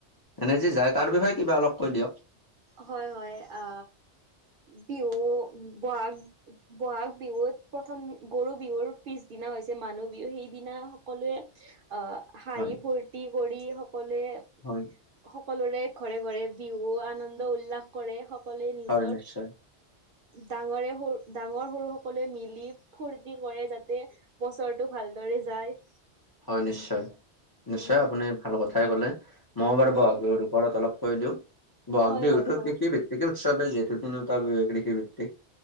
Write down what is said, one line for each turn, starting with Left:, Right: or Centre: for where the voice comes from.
Left: এনে যি যায় তাৰ বিষয়ে কিবা অলপ কৈ দিয়ক
Right: হয় হয় আ বিহু বহাগ বহাগ বিহুত প্ৰথম গৰু বিহুৰ পিছদিনা হৈছে মানুহ বিহু সেইদিনা সকলোৱে অ', হাঁহি
Left: হয়
Right: ফূৰ্তি কৰি সকলোৱে
Left: হয়।
Right: সকলোৰে ঘৰে ঘৰে বিহু আনন্দ উল্লাস কৰে সকলোৱে নিজৰ
Left: হয় নিশ্চয়
Right: ডাঙৰে সৰু ডাঙৰ সৰু সকলোৱে মিলি ফূৰ্তি কৰে যাতে বছৰটো ভালদৰে যায়
Left: হয় নিশ্চয় নিশ্চয়
Right: হয়
Left: আপুনি ভাল কথাই কলে মই বাৰু
Right: হয়
Left: বহাগ বিহুৰ ঘৰত অলপ কৈ দিওঁ বহাগ
Right: হয়
Left: বিহুতটো
Right: হয় কওঁ
Left: কৃষিভিত্তিকে উৎসৱে যিহেতু তিনিটা বিহুৱে কৃষিভিত্তিক